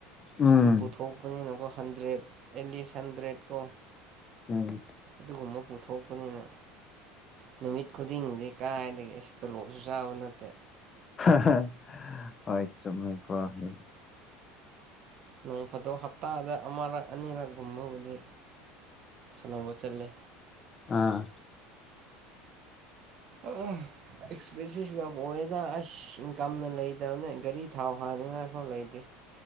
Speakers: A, on the left (about 25°); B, on the right (about 45°).
A: ꯎꯝ
B: ꯑꯗꯨꯝ ꯄꯨꯊꯣꯛ ꯄꯅꯤꯅꯒꯣ ꯍꯟꯗ꯭ꯔꯦꯠ ꯑꯦꯠꯂꯤꯁ ꯍꯟꯗ꯭ꯔꯦꯠ ꯀꯣ
A: ꯎꯝ
B: ꯑꯗꯨꯒꯨꯝꯕ ꯄꯨꯊꯣꯛꯄꯅꯤꯅ ꯅꯨꯃꯤꯠ ꯈꯨꯗꯤꯡꯒꯤꯗꯤ ꯀꯔꯥꯏꯗꯒꯤ ꯑꯁ ꯇꯣꯂꯣꯞꯁꯨ ꯆꯥꯕ ꯅꯠꯇꯦ
A: ꯍꯥꯍꯥ ꯍꯣꯏ ꯆꯨꯝꯃꯦꯀꯣ ꯗꯨ
B: ꯅꯣꯡꯐꯥꯗꯣꯛ ꯍꯞꯇꯥꯗ ꯑꯃꯔꯛ ꯑꯅꯤꯔꯛ ꯒꯨꯝꯕꯕꯨꯗꯤ ꯁꯥꯟꯅꯕ ꯆꯠꯂꯤ
A: ꯑꯥ
B: ꯑꯥ ꯑꯦꯛꯁꯄꯦꯟꯁꯤꯐ ꯌꯥꯝ ꯑꯣꯏꯌꯦꯗ ꯑꯁ ꯏꯪ ꯀꯝꯅ ꯂꯩꯇꯕꯅꯦ ꯒꯔꯤ ꯊꯥꯎ ꯍꯥꯟꯅꯤꯡꯉꯥꯏꯐꯥꯎ ꯂꯩꯇꯦ